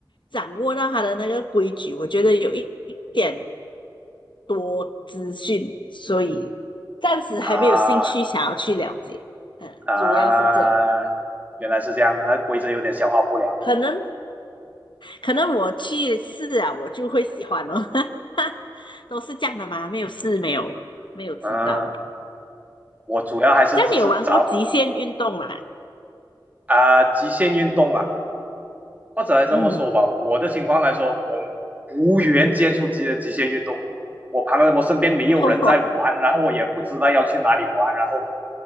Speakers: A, on the left (about 70°); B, on the right (about 20°).
A: 掌握到他的那个规矩，我觉得有一一点多资讯，所以暂时还没有兴趣想要去了解。
B: 啊
A: 嗯，
B: 啊！
A: 主要是这样。
B: 原来是这样啊，规则有点消化不良。
A: 可能可能我去试啊，我就会喜欢哦。<laughs> 都是这样的吗？没有试，没有没有知道。
B: 嗯、我主要还是只是找
A: 这样你有玩过极限运动吗？
B: 啊极限运动啊，或者这么说吧，
A: 嗯，
B: 我的情况来说，我无缘接触极的极限运动，我旁我身边没有人在玩，
A: 哦，
B: 然后我也不知道要去哪里玩，然后